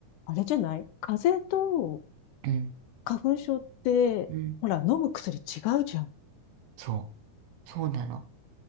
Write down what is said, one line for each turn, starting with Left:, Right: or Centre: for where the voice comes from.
Left: あれじゃない風邪と
Right: うん、
Left: 花粉症って、
Right: うん、
Left: ほら、飲む薬違うじゃん。
Right: そう、そうなの。